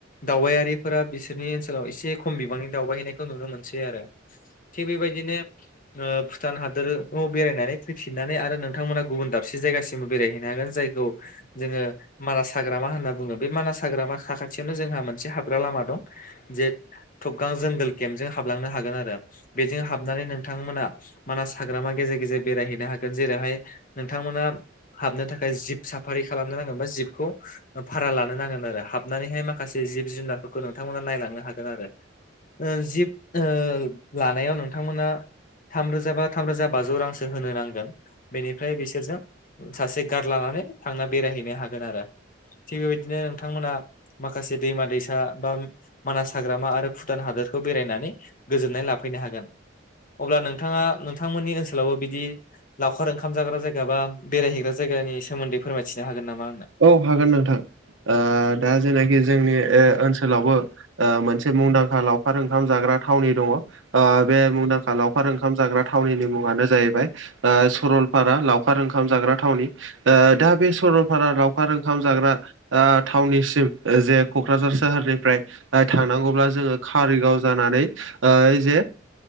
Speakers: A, on the left (about 45°); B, on the right (about 80°).
A: दावबायारिफोरा बिसोरनि ओनसोलाव एसे खम बिबाङै दावबायहैनायखौ नुनो मोनसै आरो थिग बेबायदिनो ओ भुटान हादोरखौ बेरायनानै फैफिननानै आरो नोंथांमोना गुबुन दाबसे जायगासिम बेरायहैनो हागोन जायखौ जोङो मानास हाग्रामा होनना बुङो बे मानास हाग्रामा साखाथियावनो जोंहा मोनसे हाबग्रा लामा दं जे गोबां जोंगोल केम्पजों हाबलांनो हागोन आरो बेजों हाबनानै नोंथांमोना मानास हाग्रामा गेजेर गेजेर बेरायहैनो हागोन जेरैहाय नोंथांमोना हाबनो थाखाय जिब साफारि खालामनो नांगोन बा जिबखौ भारा लानो नांगोन आरो हाबनानैहाय माखासे जिब जुनारफोरखौ नोंथांमोना नायलांनो हागोन आरो ओ जिब ओ लानायाव नोंथांमोना थामरोजा बा थामरोजा बाजौ रां होनो नांगोन बेनिफ्राय बिसोरजों सासे गार्ड लानानै थांना बेरायहैनो हागोन आरो थिग बेबायदिनो नोंथांमोना माखासे दैमा दैसा बा मानास हाग्रामा आरो भुटान हादोरखौ बेरायनानै गोजोननाय लाफैनो हागोन अब्ला नोंथाङा नोंथांमोननि ओनसोलावबो बिदि लावखार ओंखाम जाग्रा जायगा बा बेरायहैग्रा जायगानि सोमोन्दै फोरमायथिनो हागोन नामा आंनो?
B: औ हागोन नोंथां दा जेनाखि जोंनि ओ ओनसोलावबो ओ मोनसे मुंदांखा लावखार ओंखाम जाग्रा थावनि दङ ओ बे मुंदांखा लावखार ओंखाम जाग्रा थावनि मुङानो जाहैबाय ओ सरलपारा लाव लावखार ओंखाम जाग्रा थावनि ओ दा बे सरलपारा लावखार ओंखाम जाग्रा ओ थावनिसिम जे क'क्राझार सोहोरनिफ्राय थांनांगौब्ला जोङो कारिगाव जानानै ओ जे